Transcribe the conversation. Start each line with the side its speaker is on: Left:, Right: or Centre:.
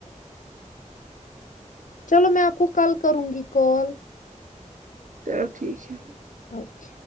Left: چلو میں آپ کو کل کروں گی کال
Right: چلو ٹھیک ہے
Left: اوکے